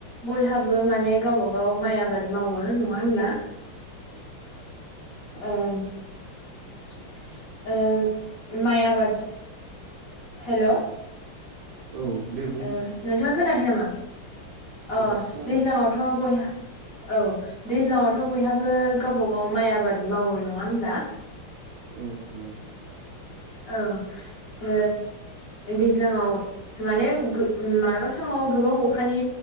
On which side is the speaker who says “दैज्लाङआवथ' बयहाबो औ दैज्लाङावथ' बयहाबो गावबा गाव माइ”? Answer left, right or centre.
Left